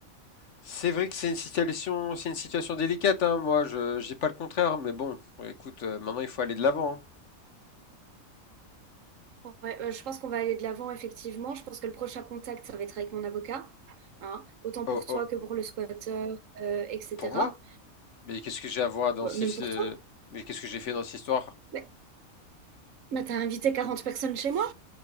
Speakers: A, on the left (about 60°); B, on the right (about 65°).
A: C'est vrai que c'est une situation, c'est une situation délicate, hein, moi, je, je dis pas le contraire, mais bon, écoute, euh, maintenant il faut aller de l'avant. hein.
B: Ouais, euh, je pense qu'on va aller de l'avant, effectivement. Je pense que le prochain contact, ça va être avec mon avocat, hein, autant pour
A: Oh,
B: toi
A: oh,
B: que pour le squatteur, euh, etc.
A: pour moi? Mais qu'est-ce que j'ai à voir dans
B: Bah,
A: si,
B: même
A: si,
B: pour
A: euh,
B: toi.
A: mais qu'est-ce que j'ai fait dans cette histoire?
B: Mais, mais t'as invité 40 personnes chez moi.